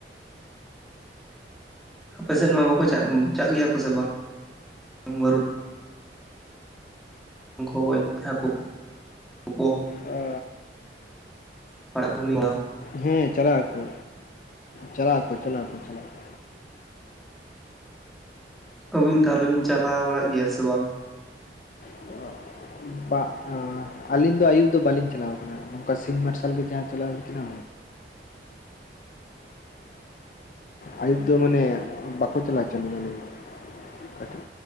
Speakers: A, in the centre; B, on the left.
A: ᱟᱯᱮᱥᱮᱫ ᱢᱟ ᱵᱟᱠᱚ ᱪᱟᱜ ᱪᱟᱜ ᱜᱮᱭᱟ ᱠᱚ ᱥᱮ ᱵᱟᱝ? ᱵᱟᱹᱨᱩᱰᱟᱝ ᱩᱱᱠᱩ ᱜᱚᱡ ᱦᱟᱹᱠᱩ ᱠᱚ
B: ᱚ
A: <unintelligible>
B: ᱦᱮᱸ ᱪᱟᱞᱟᱜ ᱟᱠᱩ, ᱪᱟᱞᱟᱜ ᱟᱠᱩ ᱪᱟᱞᱟᱜ ᱟᱠᱩ ᱪᱟᱞᱟᱜ ᱟᱠᱩ᱾
A: ᱟᱵᱤᱱ ᱛᱟᱦᱚᱞᱮ ᱵᱤᱱ ᱪᱟᱞᱟᱣ ᱵᱟᱲᱟᱜ ᱜᱮᱭᱟ ᱥᱮ ᱵᱟᱝ?
B: <inaudible> ᱵᱟ ᱟᱹᱞᱤᱧ ᱫᱚ ᱟᱹᱭᱩᱵ ᱫᱚ ᱵᱟᱹᱞᱤᱧ ᱪᱟᱞᱟᱣ ᱟᱠᱟᱱᱟ᱾ ᱚᱱᱠᱟ ᱥᱤᱝ ᱢᱟᱨᱥᱟᱞ ᱜᱮ ᱡᱟ ᱪᱟᱞᱟᱣ ᱦᱩᱭ ᱠᱟᱱᱟ᱾ ᱟᱹᱭᱩᱵ ᱫᱚ ᱢᱟᱱᱮ ᱵᱟᱠᱚ ᱪᱟᱞᱟᱣ ᱚᱪᱚ ᱟᱞᱤᱧᱟ ᱟ. ᱞᱤᱧ ᱫᱚ ᱠᱟᱹᱴᱤᱡ᱾